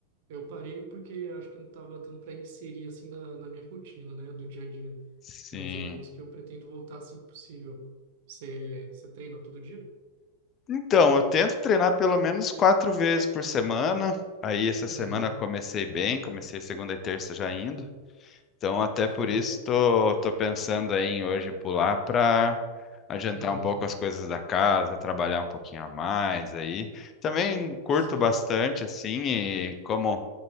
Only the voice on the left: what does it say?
sim.
Então, eu tento treinar pelo menos quatro vezes por semana. Aí essa semana
eu comecei bem, comecei segunda e terça já indo. Então, até
por isso, tô, tô pensando aí em hoje pular para adiantar
um pouco as coisas da casa, trabalhar um pouquinho a mais aí. Também curto
bastante, assim, e como